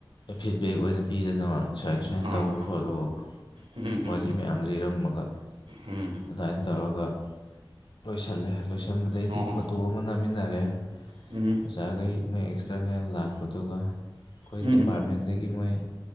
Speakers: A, on the left; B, on the right.
A: ꯐꯤꯠꯕꯦꯛ ꯑꯣꯏꯅ ꯄꯤꯗꯅꯥ ꯁꯨꯃꯥꯏ ꯁꯨꯃꯥꯏꯅ
B: ꯑꯥ
A: ꯇꯧꯑꫭ
B: ꯑꯥ
A: ꯈꯣꯠꯂꯨꯅꯥ
B: ꯎꯝ
A: ꯋꯥꯔꯤ
B: ꯎꯝ
A: ꯃꯌꯥꯝ ꯂꯤꯔꯝꯃꯥꯒ
B: ꯎꯝ
A: ꯑꯗꯨꯃꯥꯏꯅ ꯇꯧꯔꯒꯥ ꯂꯣꯏꯁꯜꯂꯦ ꯂꯣꯏꯁꯟꯕꯥꯗꯒꯤꯗꯤ
B: ꯑꯣ
A: ꯐꯣꯇꯣ ꯑꯃ ꯅꯝꯃꯤꯟꯅꯔꯦ
B: ꯎꯝ
A: ꯑꯣꯖꯥꯈꯩ ꯅ° ꯑꯦꯛꯁꯇꯔꯅꯦꯜ ꯂꯥꯛꯄꯗꯨꯒꯥ
B: ꯎꯝ
A: ꯗꯤꯄꯥꯔꯠꯃꯦꯟꯗꯒꯤꯗꯤ ꯃꯣꯏ